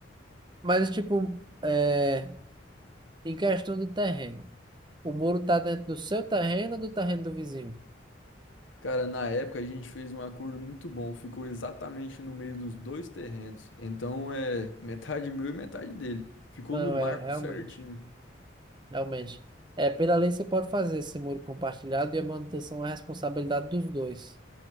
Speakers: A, on the right (about 25°); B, on the left (about 90°).
A: Mas, tipo, é, em questão de terreno, o muro tá dentro do seu terreno ou do terreno do vizinho?
B: Cara, na época a gente fez um acordo muito bom. Ficou exatamente no meio dos dois terrenos. Então é metade meu e metade dele. Ficou
A: Não,
B: no marco
A: é realmente,
B: certinho.
A: realmente. É, pela lei você pode fazer esse muro compartilhado e a manutenção é responsabilidade dos dois.